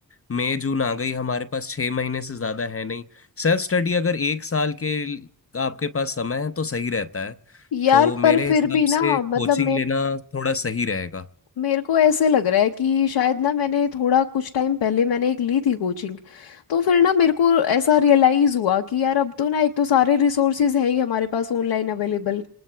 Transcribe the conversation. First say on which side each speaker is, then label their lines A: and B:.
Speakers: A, on the left; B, on the left.
A: मई जून आ गई हमारे पास छह महीने से ज्यादा है नहीं सेल्फ स्टडी अगर एक साल के ल- आपके पास समय है तो सही रहता है
B: यार
A: तो मेरे
B: पर फिर
A: हिसाब
B: भी ना
A: से कोचिंग
B: मतलब मेरे
A: लेना थोड़ा सही रहेगा
B: मेरे को ऐसे लग रहा है कि शायद ना मैंने थोड़ा कुछ टाइम पहले मैंने एक ली थी कोचिंग तो फिर ना मेरे को ऐसा रियलाइज़ हुआ कि यार अब तो ना एक तो सारे रिसोर्सेज है ही हमारे पास ऑनलाइन अवेलेबल